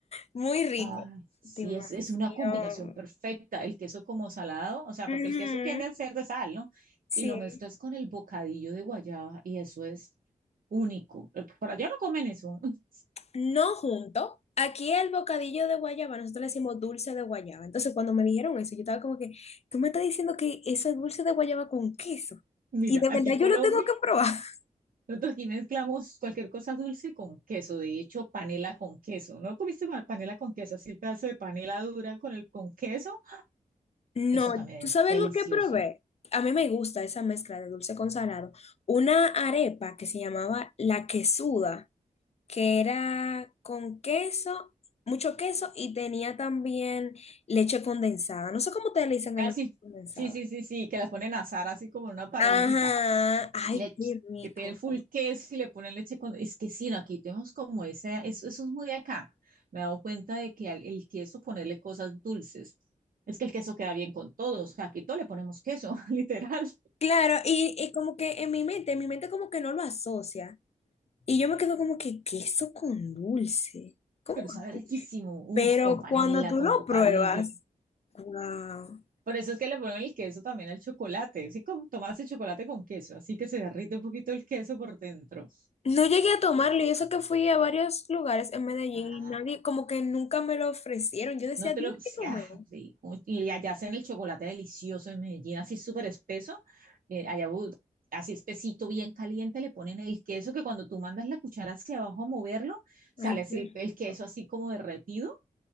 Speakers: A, on the left (about 50°); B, on the right (about 75°).
A: Muy rico.
B: Ay, sí,
A: Demasiado.
B: es, es una combinación perfecta. El queso como salado, o sea, porque
A: Ujú.
B: el queso tiende a ser de sal, ¿no?
A: Sí.
B: Y lo mezclas con el bocadillo de guayaba y eso es único. Para allá no comen eso. <laughs>
A: No junto. Aquí el bocadillo de guayaba, nosotros le decimos dulce de guayaba. Entonces, cuando me dijeron eso, yo estaba como que, tú me estás diciendo que eso es dulce de guayaba con queso.
B: Mira,
A: Y de
B: aquí
A: verdad
B: en Colombia.
A: yo lo tengo que probar. <laughs>
B: Nosotros aquí mezclamos cualquier cosa dulce con queso, de hecho, panela con queso. ¿No comiste pa- panela con queso? Así el pedazo de panela dura con el con queso.
A: No,
B: Eso también
A: ¿tú sabes
B: es delicioso.
A: lo que probé? A mí me gusta esa mezcla de dulce con salado. Una arepa que se llamaba la quesuda, que era con queso, mucho queso y tenía también leche condensada. No sé cómo ustedes le dicen
B: Ah,
A: a la leche
B: sí,
A: condensada.
B: sí, sí, sí, sí, que las ponen a asar así como en una parrillita.
A: Ajá, ay,
B: Le-
A: qué rico.
B: que tienen full queso y le ponen leche con... Es que sí, no, aquí tenemos como ese, eso, eso es muy de acá. Me he dado cuenta de que al, el queso ponerle cosas dulces. Es que el queso queda bien con todo, o sea, aquí todo le ponemos queso, <laughs> literal.
A: Claro, y, y como que en mi mente, en mi mente como que no lo asocia. Y yo me quedo como que queso con dulce. ¿Cómo
B: pero sabe
A: así?
B: riquísimo, uf,
A: Pero
B: con panela,
A: cuando tú
B: con
A: lo
B: bocadillo.
A: pruebas, wow.
B: Por eso es que le ponen el queso también al chocolate, sí, como tomas el chocolate con queso, así que se derrite un poquito el queso por dentro.
A: No llegué a tomarlo y eso que fui a varios lugares en Medellín
B: Ay,
A: y nadie, como que nunca me lo ofrecieron. Yo decía,
B: no te
A: dime
B: lo, sí,
A: qué comer.
B: ah, rico. Y allá hacen el chocolate delicioso en Medellín, así súper espeso, eh, allá bu- así espesito, bien caliente, le ponen el queso que cuando tú mandas la cuchara hacia abajo a moverlo, sale
A: Ay,
B: así
A: qué
B: el, el
A: rico.
B: queso
A: <laughs>
B: así como derretido